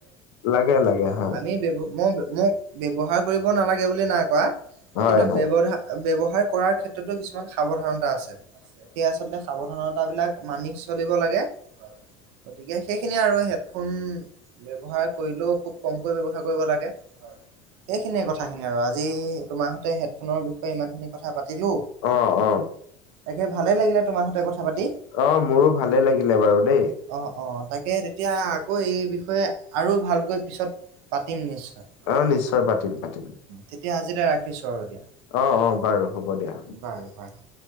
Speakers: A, on the left; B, on the right.
A: লাগে। লাগে
B: অ',
A: হয়
B: আমি ব্যব, মই-মই ব্যৱহাৰ কৰিব নালাগে বুলি নাই কোৱা
A: হয়
B: কিন্তু ব্যবধা, ব্যৱহাৰ
A: হয়
B: কৰাৰ ক্ষেত্ৰতো কিছুমান সাৱধানতা আছে সেয়া আচলতে সাৱধানতাবিলাক মানি চলিব লাগে হয় গতিকে সেইখিনি আৰু ফোন ব্যৱহাৰ কৰিলেও খুব কমকৈ ব্যৱহাৰ কৰিব লাগে। হয়, সেইখিনিয়ে কথাখিনি। আৰু আজি তোমাৰ হতে হেডফোনৰ বিষয়ে ইমান খিনি কথা পাতিলো।
A: অ অ
B: তাকে ভালে লাগিলে তোমাৰ সতে কথা পাতি।
A: অ মোৰো ভালে লাগিলে বাৰু দেই।
B: অ', অ', তাকে তেতিয়া আকৌ এই বিষয়ে আৰু ভালকৈ পিছত পাতিম নিশ্চয়,
A: অ নিশ্চয় পাতিম পাতিম
B: তেতিয়া আজিলৈ ৰাখি <unintelligible> আৰু দিয়া,
A: অ অ বাৰু হ'ব দিয়া।
B: বাৰু বাৰু।